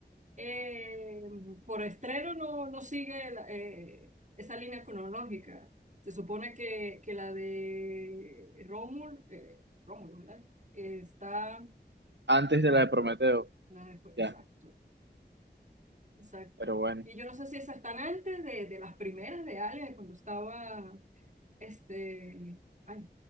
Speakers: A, on the right; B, on the right.
A: Eh, por estreno no, no sigue la- eh, esa línea cronológica. Se supone que, que la de Rómulo, eh, Rómulo, ¿verdad? Eh, está...
B: antes de la de Prometeo,
A: la de- exacto,
B: ya,
A: exacto.
B: pero bueno.
A: Y yo no sé si esas están antes de, de las primeras de Alien, cuando estaba, este, ay,